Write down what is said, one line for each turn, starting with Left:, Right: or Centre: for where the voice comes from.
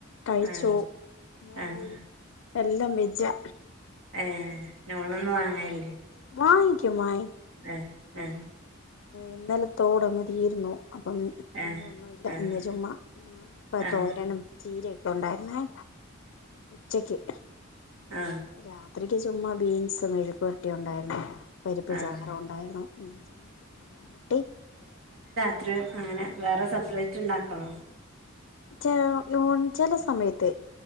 Left: കഴിച്ചോ
Right: ആഹ്
Left: <unintelligible>
Right: ആഹ്
Left: എല്ലാം വെജ്ജാ
Right: ഉം ലോണൊന്നും വാങ്ങാനില്ലേ
Left: വാങ്ങിക്കും വാ
Right: ആ ആ
Left: ഇന്നലത്തോടങ്ങ് തീർന്നു അപ്പം
Right: ആഹ്
Left: ഇന്നൊന്നുല്ല
Right: ആഹ്
Left: ഇന്ന് ചുമ്മാ ഇപ്പ തോരനും
Right: ആഹ്
Left: ചീരയും ഉണ്ടായിരുന്നേ ഉച്ചക്ക്
Right: ആ
Left: രാത്രിക്ക് ചുമ്മാ ബീൻസും മെഴുക്കു വരട്ടി ഉണ്ടായിരുന്നു പരിപ്പ്
Right: ആഹ്
Left: ചാറ് ഉണ്ടായിരുന്നു മീൻചമ്മന്തി ഇതെല്ലാം കൂട്ടി
Right: ഇത്രയും അങ്ങനെ വേറെ സപ്രെയിറ്റ് ഉണ്ടാക്കണോ
Left: ച ഓ ചില സമയത്ത്